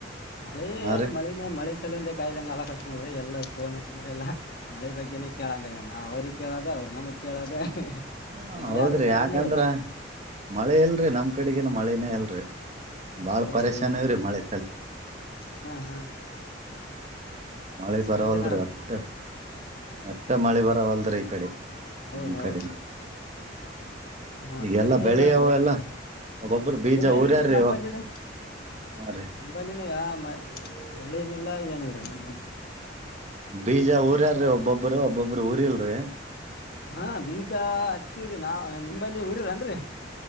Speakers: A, on the left (about 55°); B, on the right (about 35°).
A: ಮಳೆ
B: ಹಾ
A: ಏನ್
B: ರೀ
A: ಮಳಿನೇ ಮಳ ಎಲ್ಲೇ ಕಾಯ್ದಂಗ ಆಲಕತ್ ನೋಡ್ರಿ ಎಲ್ಲರ ಫೋನ್ ಹಚ್ಚಿದರೆ ಎಲ್ಲಾ ಮಳೆ ಬಗ್ಗೆನನೆ ಕೇಳಂಗಯ ನಾವ ಅವ್ರಿಗೆ ಕೇಳೋ ಅವ್ರು ನಮಗ್ ಕೇಳೋದ
B: ಹ
A: ಎಲ್ಲಿ
B: ಹೌದ್ರಿ
A: ಆದ್ರೂ ಮಳಿನೇ
B: ಯಾಕಂದ್ರ
A: ಇಲ್ಲ
B: ಮಳೆ ಎಲ್ ನಮ್ ಕಡೆಗೇ ಮಳೇನೆ ಅಲ್ರರಿ ಬಾಳ್
A: ಹೌದೌದು
B: ಪರೇಶಾನ ಇವ್ರಿ ಮಳೆ
A: ಹಾ ಹಾ
B: ಮಳೆ
A: ಮಳಿದೇ
B: ಬರವಲ್
A: ನಡದ್ರಿ
B: ಒಟ್ಟ ಒಟ್ಟೆ ಮಳೆ ಬರವಲ್ರಿ ಅದ್ರ ಈ ಕಡೆ
A: ಹೌದೌದು
B: ನಮ್ ಕಡೆ
A: ಹಾ
B: ಈಗೆಲ್ಲಾ
A: ಮಳಿನೇ
B: ಬೆಳಿ
A: ಇಲ್ಲನ್ರಿ
B: ಅವ
A: ಟ್ಟ
B: ಎಲ್ಲಾ ಒಬ್ಬೊಬ್ರು
A: ಬೆಳಿ
B: ಬೀಜ
A: ಏನಲ್ರಿ
B: ಊರ್ಯಾರ್ರಿ
A: ನಂಬಲ್ಲಿನ
B: ಇವ ಹಾ ರೀ
A: ನಂಬಲ್ಲಿನೂ ಯಾ ಮಳಿ ಏನಿಲ್ಲ ಏನಲ್ರರಿ ನಂಬಲ್ಲಿ
B: ಬೀಜ ಊರ್ಯಾರೀ ಒಬ್ಬೊಬ್ಬರು ಒಬ್ಬೊಬ್ರು ಊರಿ ಇಲ್ರರಿ
A: ಹಾ ಬೀಜ ಹಚ್ಚಿರಿ ನಾ ನಿಮ ಮೊಬೈಲಿ ಊರಿರನ್ರಿ